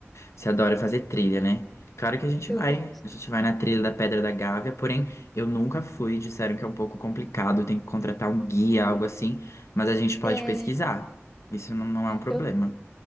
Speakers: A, on the left; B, in the centre.
A: você adora fazer trilha, né? Claro que a gente
B: Eu
A: vai.
B: gosto.
A: A gente vai na trilha da Pedra da Gávea, porém eu nunca fui. Disseram que é um pouco complicado, tem que contratar um guia, algo assim. Mas a gente pode
B: É,
A: pesquisar. Isso não não é um problema.
B: eu,